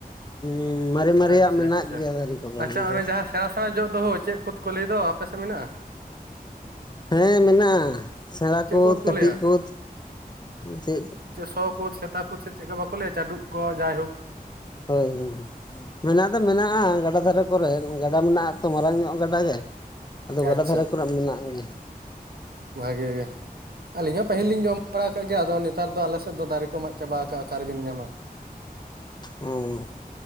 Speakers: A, on the left; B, on the right.
A: ᱦᱩᱸ ᱢᱟᱨᱮ ᱢᱟᱨᱮᱭᱟᱜ
B: ᱟᱪᱪᱷᱟ
A: ᱢᱮᱱᱟᱜ
B: ᱟᱪᱪᱷᱟ
A: ᱜᱮᱭᱟ ᱫᱟᱨᱮ ᱠᱚᱫᱚ
B: ᱟᱪᱪᱷᱟ
A: ᱡ
B: ᱚᱱᱮ ᱡᱟᱦᱟᱸ ᱥᱮᱬᱟ ᱥᱮᱬᱟ ᱡᱚᱜ ᱫᱚᱦᱳ ᱪᱮᱫ ᱠᱷᱫ ᱠᱚ ᱞᱟᱹᱭ ᱫᱚ ᱟᱯᱮᱥᱮᱫ ᱢᱮᱱᱟᱜ-ᱟ?
A: ᱦᱮᱸ ᱢᱮᱱᱟᱜ-ᱟ ᱥᱮᱬᱟ
B: ᱪᱮᱫ
A: ᱠᱳᱫ
B: ᱠᱩᱫ ᱠᱚ
A: ᱠᱟᱹᱴᱤᱡ
B: ᱞᱟᱹᱭᱟ
A: ᱠᱳᱫ ᱪᱮᱫ ᱪᱮ
B: ᱪ ᱥᱚ ᱠᱳᱫ ᱥᱮᱛᱟ ᱠᱳᱫ ᱥᱮ ᱪᱮᱫᱠᱟ ᱵᱟᱠᱚ ᱞᱟᱹᱭᱟ ᱪᱟᱰᱩᱵ ᱠᱚ ᱡᱟᱭᱦᱳᱠ᱾
A: ᱦᱳᱭ ᱦᱳᱭ ᱢᱮᱱᱟᱜ ᱫᱚ ᱢᱮᱱᱟᱜ-ᱟ ᱜᱟᱰᱟ ᱫᱷᱟᱨᱮ ᱠᱚᱨᱮ ᱜᱟᱰᱟ ᱢᱮᱱᱟᱜ-ᱟ ᱛᱚ ᱢᱟᱨᱟᱝ ᱧᱚᱜ ᱜᱟᱰᱟ ᱜᱮ ᱟᱫᱚ ᱜᱟᱰᱟ
B: ᱟᱪᱪᱷᱟ
A: ᱫᱷᱟᱨᱮ ᱠᱚᱨᱮᱱᱟᱜ ᱢᱮᱱᱟᱜ ᱜᱮ᱾
B: ᱵᱷᱟᱜᱮ ᱜᱮ ᱟᱹᱞᱤᱧ ᱦᱚᱸ ᱯᱟᱹᱦᱤᱞ ᱞᱤᱧ ᱡᱚᱢ ᱵᱟᱲᱟ ᱟᱠᱟᱫ ᱜᱮᱭᱟ ᱟᱫᱚ ᱱᱮᱛᱟᱨ ᱫᱚ ᱟᱞᱮᱥᱮᱫ ᱫᱚ ᱫᱟᱨᱮ ᱠᱚ ᱢᱟᱜ ᱪᱟᱵᱟ ᱟᱠᱟ-ᱟ ᱚᱠᱟᱨᱮᱵᱤᱱ ᱧᱟᱢᱟ᱾
A: ᱦᱩᱸ